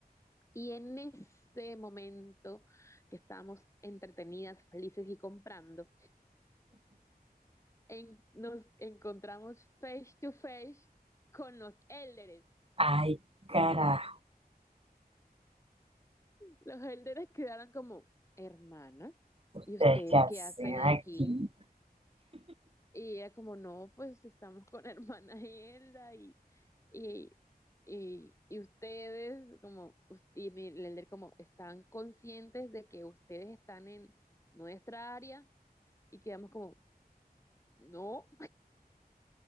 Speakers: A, on the left; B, on the right.
A: Y en ese momento que estábamos entretenidas, felices y comprando, en- nos encontramos face to face con los élderes.
B: Ay, carajo,
A: Los élderes quedaron como, hermanas,
B: ¿ustedes
A: ¿y ustedes
B: qué hacen
A: qué hacen aquí?
B: aquí?
A: Y era como, no, pues estamos con <laughs> hermana Hilda y, y, y, y ustedes, como, us- y mi Lender, como, están conscientes de que ustedes están en nuestra área y quedamos como, no,